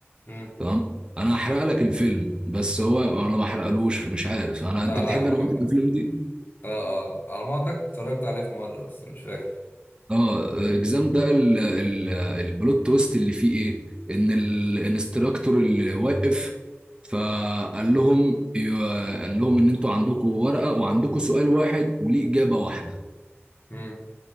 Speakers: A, on the left; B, on the right.
A: امم
B: تمام أنا هحرق لك الفيلم بس هو أنا ما حرقلوش مش عارف أنا
A: لا
B: أنت بتحب
A: لا قول
B: أنا الأفلام دي
A: اه اه على ما اعتقد اتفرجت عليه في مرة بس مش فاكر
B: اه اكزام ده ال ال البلوت تويست اللي فيه ايه ان الانستراكتور اللي واقف فقال لهم قال لهم ان انتوا عندكم ورقه وعندكم سؤال واحد وليه اجابه واحده
A: امم